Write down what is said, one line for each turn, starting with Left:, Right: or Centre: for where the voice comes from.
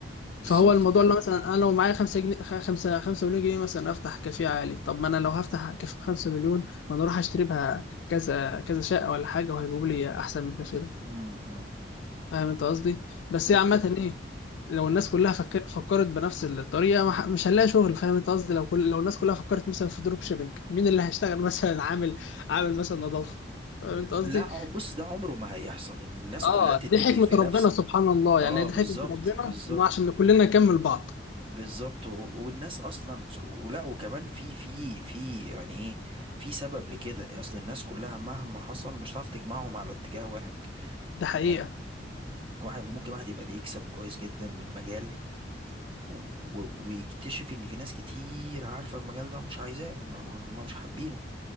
Right: بالظبط
Left: فهو الموضوع
Right: كده
Left: اللي هو مثلا انا لو معايا 5 جنيه 5 5 مليون جنيه مثلا افتح كافيه عالي طب ما انا لو هفتح كافيه ب 5 مليون ما انا اروح اشتري بها كذا كذا شقه ولا حاجه وهيجيبوا لي احسن من الكافيه ده
Right: مم. مم.
Left: فاهم انت قصدي بس
Right: ده
Left: هي
Right: كده
Left: عامة ايه لو الناس كلها فكر... فكرت بنفس الطريقة ما ح- مش هنلاقي شغل فاهم انت قصدي لو كل... لو الناس كلها فكرت مثلا في دروب شيبينج مين اللي هيشتغل مثلا <laughs> عامل عامل مثلا نظافة فاهم انت قصدي
Right: لا هو بص ده عمره ما هيحصل ان الناس
Left: اه
Right: كلها تتجه
Left: دي حكمة
Right: في
Left: ربنا
Right: نفس
Left: سبحان الله
Right: اه
Left: يعني دي
Right: بالظبط
Left: حكمة ربنا
Right: بالظبط
Left: انه عشان كلنا نكمل بعض
Right: بالظبط و- والناس اصلا س- ولا وكمان في في في يعني ايه في سبب لكده اصل الناس كلها مهما حصل مش هتعرف تجمعهم على اتجاه واحد
Left: ده حقيقة
Right: يعني واحد ممكن واحد يبقى بيكسب كويس جدا من مجال و- ويكتشف ان في ناس كتير عارفة المجال ده ومش عايزاه ما- ما- هم مش حابينه